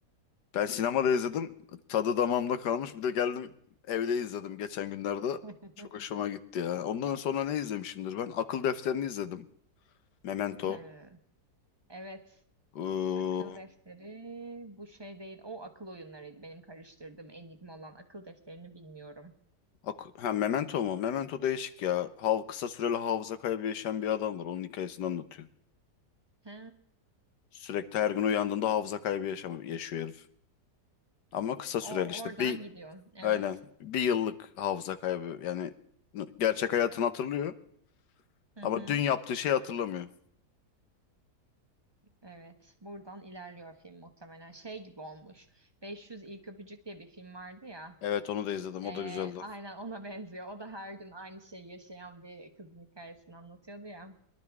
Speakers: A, on the left; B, on the right.
A: Ben sinemada izledim. Tadı damağımda kalmış. Bir de geldim evde izledim geçen günlerde.
B: <laughs>
A: Çok hoşuma gitti ya. Ondan sonra ne izlemişimdir ben? Akıl Defterini izledim. Memento.
B: He, Evet
A: Iıı,
B: Akıl defteri bu şey değil. O akıl oyunlarıydı. Benim karıştırdığım Enigma olan akıl defterini bilmiyorum.
A: ak- ha, Memento mu? Memento değişik ya. Hav kısa süreli hafıza kaybı yaşayan bir adam var. Onun hikayesini anlatıyor.
B: Ha,
A: Sürekli her gün uyandığında hafıza kaybı yaşam yaşıyor herif. Ama kısa süreli
B: o
A: işte.
B: oradan
A: Bir
B: gidiyorsun. Evet.
A: aynen bir yıllık hafıza kaybı. Yani n- gerçek hayatını hatırlıyor
B: Hı
A: ama
B: hı.
A: dün yaptığı şeyi hatırlamıyor.
B: Evet. Buradan ilerliyor film muhtemelen. Şey gibi olmuş. 500 İlk Öpücük diye bir film vardı ya.
A: Evet onu da izledim.
B: Ee,
A: O da güzeldi.
B: aynen ona benziyor. O da her gün aynı şeyi yaşayan bir kızın hikayesini anlatıyordu ya.